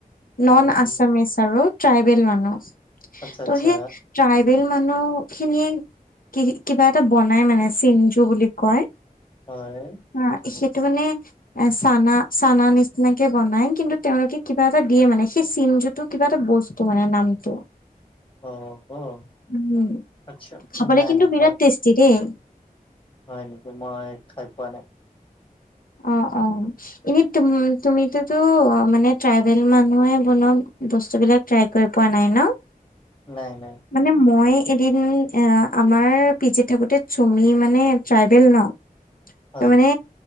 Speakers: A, on the left (about 70°); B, on the left (about 35°).
A: নন
B: হয়
A: আছামিচ আৰু ট্ৰাইবেল মানুহ তো,
B: আচ্ছা আচ্ছা
A: সেই ট্ৰাইবেল মানুহ খিনিয়ে কি, কিবা এটা বনাই মানে, চিনঞ্জু বুলি কয়।
B: হয়।
A: অ', সেইটো মানে এ, চানা, চানা নিচিনাকে বনাই, কিন্তু তেওঁলোকে কি কিবা এটা দিয়ে মানে, সেই চিনঞ্জুটো কিবা এটা বস্তু মানে নামটো।
B: অ অ
A: উম,
B: আচ্ছা।
A: খাবলৈ
B: নাই
A: কিন্তু
B: নাই
A: বিৰাট
B: মই
A: টেষ্টি দেই।
B: হয় নেকি, মই খাই পোৱা নাই।
A: অ', অ'। ইনে তুমি, তুমিটোতো মানে ট্ৰাইবেল মানুহে বনোৱা বস্তুবিলাক ট্ৰাই কৰি পোৱা নাই ন?
B: নাই, নাই।
A: মানে মই এদিন আ, আমাৰ পিজিত থাকোতে চুমি মানে ট্ৰাইবেল ন।
B: হয়।
A: ত মানে